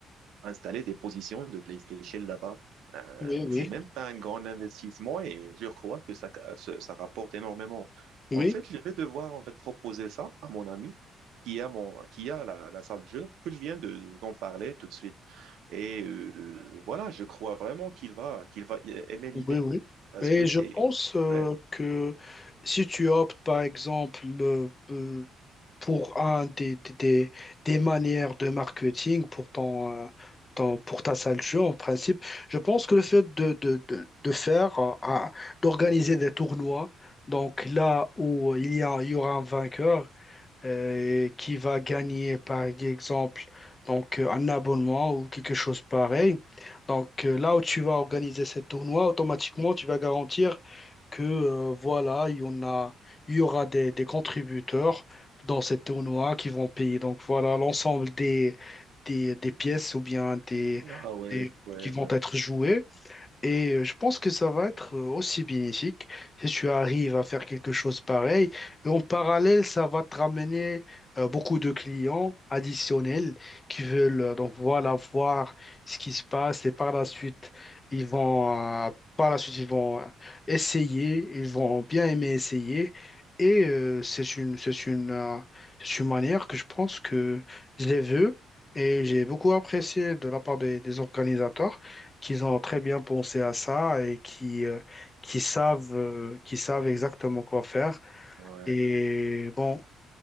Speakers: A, on the right (about 80°); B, on the left (about 25°).
A: installer des positions de PlayStation là-bas. Euh,
B: oui,
A: mais
B: oui,
A: c'est même pas un grand investissement et je crois que ça, ça, ça rapporte énormément.
B: oui,
A: En fait, je vais devoir en fait proposer ça à mon ami qui a mon, qui a la, la salle de jeu que je viens de, d'en parler tout de suite. Et euh, voilà, je crois vraiment qu'il va, qu'il va aimer l'idée
B: oui, oui.
A: parce
B: Et
A: que
B: je
A: c'est
B: pense euh,
A: ouais,
B: que si tu optes, par exemple, euh, euh, pour un des, des, des- des manières de marketing pour ton, euh, ton- pour ta salle de jeu, en principe, je pense que le fait de, de, de, de faire, euh, un- d'organiser des tournois, donc là où il y a, il y aura un vainqueur, euh, qui va gagner, par exemple, donc, euh, un abonnement ou quelque chose pareil. Donc, euh, là où tu vas organiser ce tournoi, automatiquement, tu vas garantir que, euh, voilà, il y en a, il y aura des, des contributeurs dans ce tournoi qui vont payer. Donc, voilà, l'ensemble des, des, des pièces ou bien des,
A: Ah ouais,
B: des,
A: ouais,
B: qui
A: ouais,
B: vont être jouées. Et euh, je pense que ça va être euh, aussi bénéfique si tu arrives à faire quelque chose pareil. Et en parallèle, ça va te ramener euh, beaucoup de clients additionnels qui veulent euh, donc voilà voir ce qui se passe et par la suite, ils vont euh, par la suite, ils vont euh, essayer, ils vont bien aimer essayer. Et euh, c'est une c'est une euh, c'est une manière que je pense que je les veux et j'ai beaucoup apprécié de la part des des organisateurs qu'ils ont très bien pensé à ça et qui, euh, qui savent, euh, qui savent exactement quoi faire.
A: ouais.
B: Et bon,